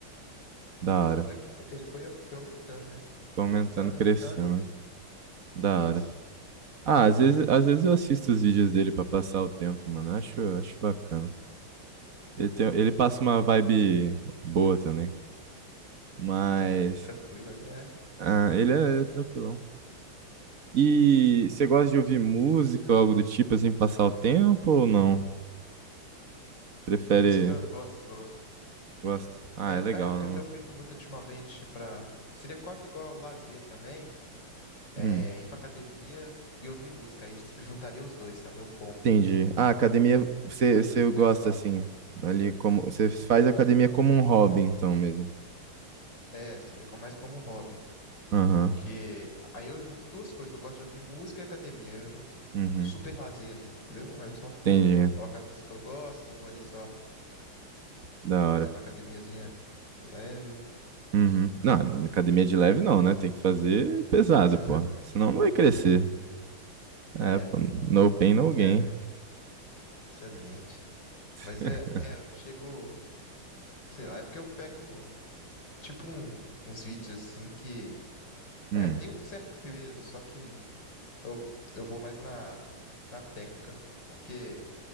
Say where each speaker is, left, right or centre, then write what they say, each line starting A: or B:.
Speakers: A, on the right; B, on the left.
A: Da
B: Aí, tanto
A: hora.
B: é que fo- ele foi, foi aumentando, né?
A: Tô aumentando,
B: Aumentando,
A: crescendo.
B: aumentando e
A: né? Da
B: isso.
A: hora.
B: <laughs>
A: Ah, às vezes, às vezes eu assisto os vídeos dele pra passar o tempo, mano. Eu Acho, eu acho bacana. Ele tem, ele passa uma vibe boa também. Mas
B: É, tranquilo, ele é.
A: ah, ele é, ele é tranquilão. E você gosta de ouvir música ou algo do tipo, assim, passar o tempo ou não? Prefere.
B: Música, gosto, gosto.
A: Gosta? Ah,
B: É,
A: é legal,
B: é o que
A: né?
B: eu tenho
A: mano?
B: feito muito ultimamente para Seria quase igual ao lazer também, é,
A: Hum.
B: ir pra academia e ouvir música. Aí juntaria os dois, sabe? É um combo.
A: Entendi. Ah, academia,
B: Aí eu-
A: você,
B: Pra desestressar.
A: você gosta assim, ali como, você faz academia como um hobby, então mesmo.
B: É, seria co- mais como um hobby.
A: Aham.
B: Porque aí eu junto duas coisas, que eu gosto de ouvir música e academia. Aí eu junto
A: Uhum.
B: super lazer ali, entendeu? Aí eu só fico,
A: Entendi.
B: coloco as músicas que eu gosto, vou ali só
A: Da
B: fazendo
A: hora.
B: a academiazinha de leve.
A: Uhum. Não, academia de leve não, né? Tem que fazer pesado,
B: Que isso,
A: pô.
B: <laughs>
A: Senão não vai crescer.
B: que isso. É,
A: É, pô,
B: pô.
A: no pain, no gain.
B: É, excelente.
A: <laughs>
B: Mas é, é, eu chego, sei lá, é porque eu pego, um, tipo, um- uns vídeos assim que
A: Hum.
B: É, tem um certo peso, só que eu, eu vou mais na, na técnica, porque